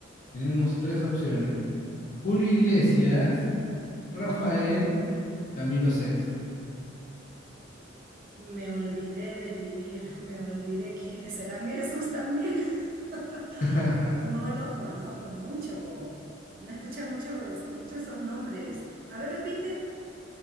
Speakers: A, on the left (about 45°); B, on the right (about 50°).
A: Tenemos tres opciones. Julio Iglesias, Rafael,
B: Ya.
A: Camilo Sexto.
B: Me olvidé de vivir, me olvidé quiénes serán esos también. <laughs>
A: <laughs>
B: No los conozco mucho. No escuché muchos, muchos esos nombres. A ver, repite.